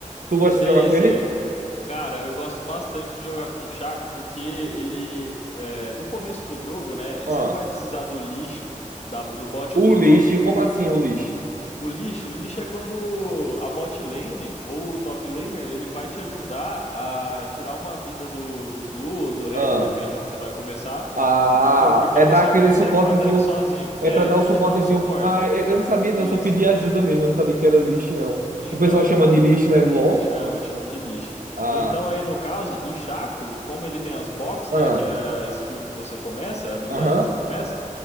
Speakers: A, on the right (about 85°); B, on the left (about 50°).
A: Tu gosta
B: sei,
A: de jogar com
B: sei.
A: ele?
B: Cara, eu gosto bastante de jogar com o Chaco porque ele, é, no começo do jogo, né,
A: Ah.
B: você não vai precisar do leash, da- do bot
A: O
B: ou do
A: Lich,
B: top.
A: como assim o Lich?
B: O lixo, o lixo é quando a bot lane ou o top laner, ele vai te ajudar a tirar uma vida do, do blue ou do red,
A: Ah.
B: depende de onde você vai começar,
A: Ah,
B: entendeu? Porque
A: é
B: você
A: dar aquele
B: não consegue
A: suportezinho.
B: matar ele sozinho.
A: É
B: É,
A: pra
B: ele
A: dar
B: vai
A: o suportezinho.
B: te dar um suporte.
A: Ah, eu eu não sabia, não,
B: Isso,
A: eu só pedi
B: isso.
A: ajuda mesmo, eu não sabia que era Lich, não.
B: Então,
A: O pessoal chama
B: a-
A: de Lich, né, no LoL.
B: chama, chama de lixo.
A: Ah.
B: Então aí no caso do chaco como ele tem as box,
A: Ah,
B: né, que é a skill que você começa, a habilidade
A: aham.
B: que você começa,